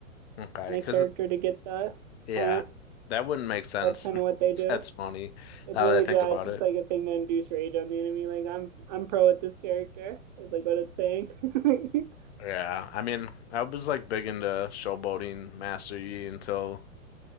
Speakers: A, on the left; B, on the right.
A: Okay,
B: on
A: because
B: a character to get the
A: yeah.
B: taunt.
A: That wouldn't make sense.
B: That's kind of what
A: <laughs>
B: they do.
A: That's funny
B: It's
A: now
B: really
A: that I think
B: yeah,
A: about
B: it's just
A: it.
B: like a thing to induce rage on the enemy. Like I'm I'm pro at this character. Is like what it's saying. <laughs>
A: Yeah. I mean, I was like big into showboating Master Yi until